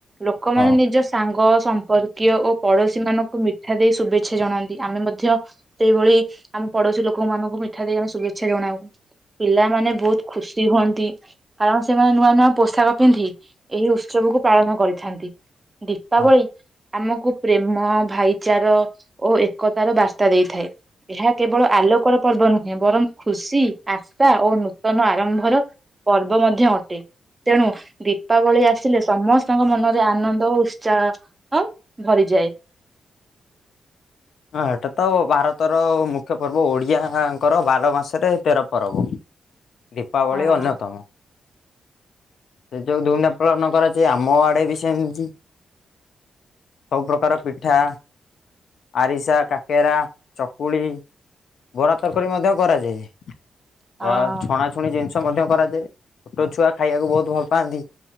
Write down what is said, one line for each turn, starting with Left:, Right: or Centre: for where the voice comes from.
Right: ଲୋକମାନେ
Left: ହଁ।
Right: ନିଜ ସାଙ୍ଗ। ସମ୍ପର୍କୀୟ ଓ ପଡୋଶୀ ମାନଙ୍କୁ ମିଠା ଦେଇ ଶୁଭେଚ୍ଛା ଜଣାନ୍ତି। ଆମେ ମଧ୍ୟ ସେଇଭଳି ଆମ ପଡୋଶୀ ଲୋକ ମାନଙ୍କୁ ମିଠା ଦେଇ ଆମେ ଶୁଭେଚ୍ଛା ଜଣାଉ। ପିଲାମାନେ ବହୁତ ଖୁସି ହୁଅନ୍ତି। କାରଣ ସେମାନେ ନୂଆ ନୂଆ ପୋଷାକ ପିନ୍ଧି ଏହି ଉତ୍ସବକୁ ପାଳନ କରିଥାନ୍ତି। ଦୀପାବଳି।
Left: ହଁ
Right: ଆମକୁ ପ୍ରେମ ଭାଇଚାରା ଓ। ତାର ବାର୍ତ୍ତା ଦେଇଥାଏ ଏହା କେବଳ ଆଲୋକର ପର୍ବ ନୁହେଁ ବରଂ ଖୁସି ଆଶା ଓ ନୂତନ ଆରମ୍ଭର ପର୍ବ ମଧ୍ୟ ଅଟେ ତେଣୁ। ଦୀପାବଳି ଆସିଲେ ସମସ୍ତଙ୍କ ମନରେ ଆନନ୍ଦ ଓ ଉତ୍ସା। ଚା ହ ଭରିଯାଏ।
Left: ହଁ ଏଟା ତ ଭାରତର ମୁଖ୍ୟ ପର୍ବ ଓଡିଆଙ୍କର ବାର ମାସରେ ତେର ପର୍ବ। ଦୀପାବଳି
Right: ହଁ
Left: ଅନ୍ୟତମ। ସେ ଯଉ ଧୁଧା ପାଳନ <unintelligible> କରାଯାଏ ଆମ ଆଡେ ବି ସେମିତି ସବୁ ପ୍ରକାର ପିଠା ଆରିସା କାକେରା ଚକୁଳି ବରା ତରକାରୀ ମଧ୍ୟ କରାଯାଏ।
Right: ହଁ
Left: ପୁର <inaudible> ଛଣାଛଣି ଜିନିଷ। ତ ମଧ୍ୟ କରାଯାଏ ଛୋଟ ଛୁଆ ଖାଇବାକୁ ବହୁତ। ଭଲ ପାଆନ୍ତି